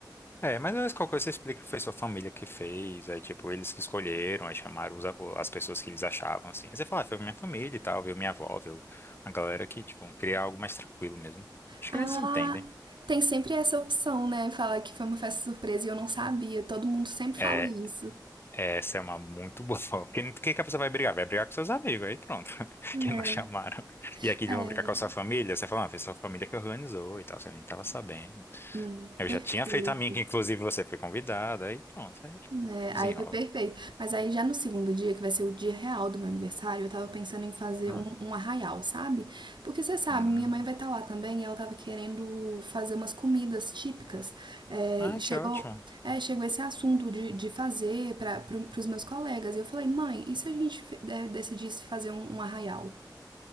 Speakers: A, on the left (about 30°); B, on the right (about 85°).
A: É, mas às vezes qualquer coisa você explica que foi sua família que fez, aí tipo, eles que escolheram, aí chamaram os a- o- as pessoas que eles achavam, assim. Aí você fala, ah, foi minha família e tal, veio minha avó, veio a galera que, tipo, queria algo mais tranquilo mesmo. Acho
B: Ah,
A: que eles entendem.
B: tem sempre essa opção, né? Falar que foi uma festa surpresa e eu não sabia. Todo mundo sempre fala
A: É,
B: isso.
A: essa é uma muito <laughs> boa forma, porque o que que a pessoa vai brigar? Vai brigar com seus amigos, aí pronto, <laughs>
B: É,
A: que não chamaram. E aqui eles
B: é,
A: vão brigar com a sua família, você fala, ah, foi sua família que organizou e tal, você nem tava sabendo.
B: hum,
A: Eu já tinha
B: sei.
A: feito a minha, que inclusive você foi convidada, aí pronto, aí
B: É,
A: desenrola.
B: aí foi perfeito. Mas aí já no segundo dia, que vai ser o dia real do meu aniversário, eu tava pensando em fazer
A: Hum.
B: um, um arraial, sabe? Porque você sabe,
A: Hum.
B: minha mãe vai estar lá também e ela tava querendo fazer umas comidas típicas. É,
A: Ah,
B: e chegou,
A: que ótimo.
B: é, chegou esse assunto de, de fazer para pro, pros meus colegas. E eu falei, mãe, e se a gente fe- de- decidisse fazer um, um arraial?